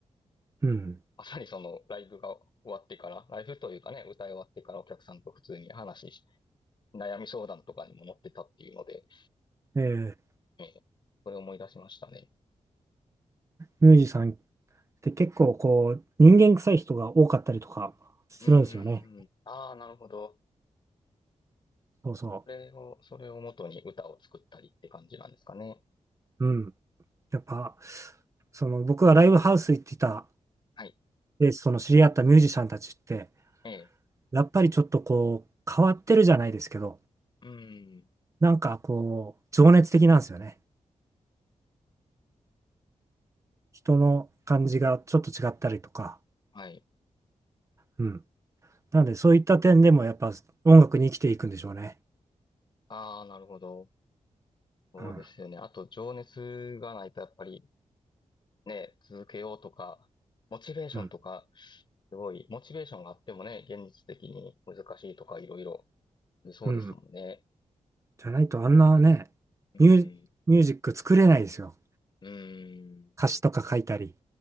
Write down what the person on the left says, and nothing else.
まさにそのライブが終わってから、ライブというかね、歌い終わってからお客さんと普通に話し、悩み相談とかにも乗ってたっていうので、
えー、それを思い出しましたね。
うーん。ああ、なるほど。
それを、それを元に歌を作ったりって感じなんですかね。
はい。
ええ。
うーん。
はい。
ああ、なるほど。そうですよね。
あと、情熱がないとやっぱりね、続けようとか、モチベーションとか、
すごい、モチベーションがあってもね、現実的に難しいとかいろいろありそうですもんね。
うん、
うん、